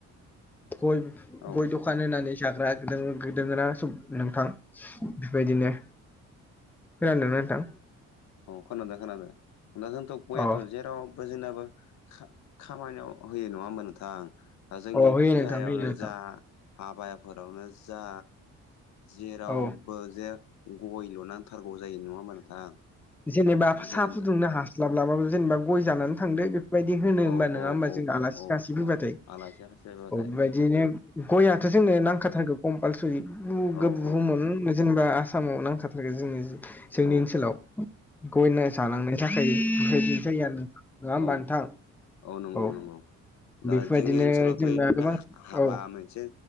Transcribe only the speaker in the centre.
गय दखान
दखान होनानै जाग्रा गोदोङोना सब नोंथां बेबायदिनो खोनादोंना नोंथां
अ
अ होयो
नोंथां होयो नोंथां
औ
जेनेबा
साहा फुदुंनो हास्लाब्लाबाबो जेनेबा गय जानानै थांद बे बेबायदि होनो
हबा नङा
होमबा
जों आलासि
खासि फैबाथाय
अ बेबायदिनो गययाथ' जोंनो नांखाथारगो कम्पालसरि ब
जेनेबा आसामाव नांखाथारगै जों जोंनि
ओनसोलाव गय जानांनाय नि थाखायसायो
आरो नोंथां नङा होमबा
नोंथां
औ
बेफोरबायदिनो
जेनेबा
गोबां
औ